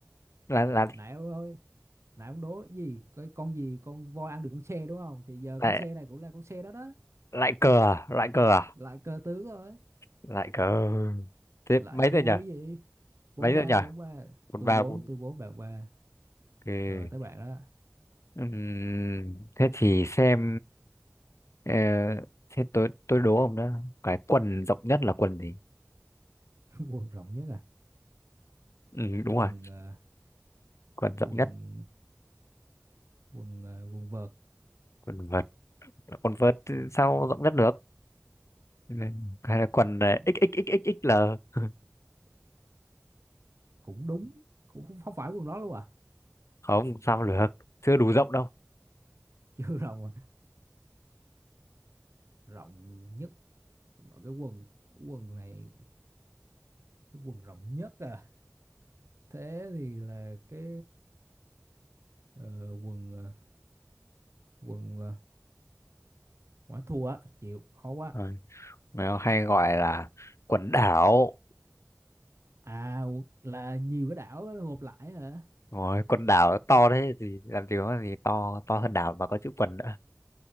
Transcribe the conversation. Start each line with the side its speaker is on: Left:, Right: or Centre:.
Left: là là
Right: nãy ông ơi, nãy ông đố cái gì cái con gì con voi ăn được con xe đúng không thì giờ
Left: lại
Right: con xe này cũng là con xe đó đó
Left: lại cờ à? lại cờ à?
Right: lại cơ tướng rồi
Left: lại cờ thế
Right: lại
Left: mấy
Right: thua
Left: rồi nhỉ
Right: cái gì bốn
Left: mấy
Right: ba
Left: rồi nhỉ
Right: bốn ba
Left: một
Right: tôi
Left: ba
Right: bốn
Left: bốn
Right: tôi bốn bạn ba
Left: ok
Right: rồi tới bạn đó
Left: Ừm, thế thì xem ờ, thế tôi tôi đố ông đó cái quần rộng nhất là quần gì
Right: <laughs> quần rộng nhất à
Left: ừ, đúng
Right: quần
Left: rồi
Right: ờ,
Left: quần rộng
Right: quần
Left: nhất
Right: quần ờ, quần vợt
Left: quần vợt quần vợt thì sao rộng nhất được Ừ, hay là quần ờ,
Right: Ừ,
Left: XXXXXL <laughs>
Right: cũng đúng cũng không không phải quần đó luôn à
Left: không sao được chưa đủ rộng đâu
Right: <laughs> chưa rộng à rộng nhất mà cái quần quần này cái quần rộng nhất à thế thì là cái ờ, quần ờ, quần ờ, quả thua á chịu khó quá
Left: rồi nó hay gọi là quần đảo
Right: à là nhiều cái đảo á, gộp lại hả
Left: rồi quần đảo to thế thì làm gì có gì to to hơn đảo mà có chữ quần nữa